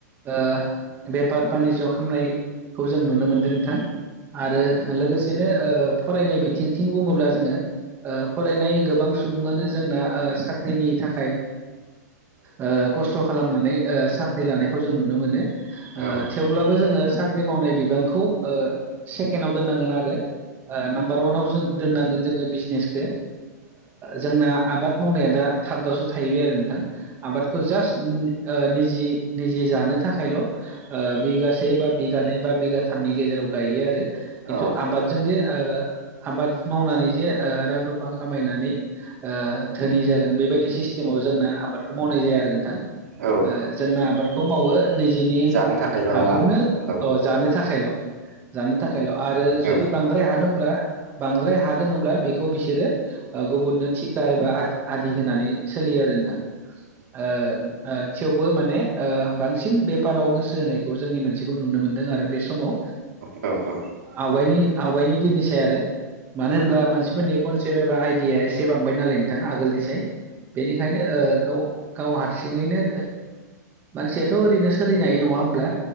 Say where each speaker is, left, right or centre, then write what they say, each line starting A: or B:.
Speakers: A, on the right; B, on the right.
A: ओ बेफार फानिज खामनायखौ जों नुनो मोनदों नोंथां। आरो लोगोसेनो ओ फरायनाय बिथिंथिं बुङोब्ला जोङो ओ फरायनाय गोबां सुबुङानो जोंना ओ साख्रिनि थाखाय ओ खस्थ' खालामनानै ओ साख्रि लानायखौ जों नुनो मोनो। ओ
B: औ
A: थेवब्लाबो जोङो साख्रि मावनाय बिबांखौ ओ सेकेणडआव दोननांगोन आरो नाम्बार अवानाव जों दोननांगोन जोङो बि बिजनेसखौ जोंना आबाद मावनाया दा थार्दआवसो थाहैबाय आरो नोंथां आबादखौ जास्ट नि-निजि-निजि जानो थाखायल' बिगासे बा बिगानैै बा बिगाथामनि गेजेराव गायो आरो खिन्थु
B: औ
A: आबादजों जे आबाद मावनानै जे रां रुफा खामायनानै धोनि जागोन बेबायदि सिस्टेमाव जोंना आबाद मावनाय जाया आरो नोंथां
B: औ
A: जोंना आबादखौ मावो निजेनि
B: जानो थाखायल'
A: हाखौनो
B: नामा औ
A: जानो थाखायल' जानो थाखायल' आरो
B: औ
A: जुदि बांद्राय हा दङब्ला बांद्राय हा दङब्ला बेखौ बिसोरो गुबुननो थिका एबा आ-आदि होनानै सोलियो आरो नोंथां। ओ ओ थेवबो माने बांसिन बेफाराव गोसो होनायखौ जोंनि मानसिखौ नुनो मोनदों आरो बे स समाव
B: औ औ
A: आवगायनि-आवगायनि दिननिसाय आरो मानो होनब्ला मानसि नि कनसेप्ट एबा आइडिया एसे बांबाय नालाय नोंथां आगोलनिसाय बेनिखायनो गाव गाव हारसिङैनो मानसियाथ' ओरैनो सोलिनो हायो नङा होमब्ला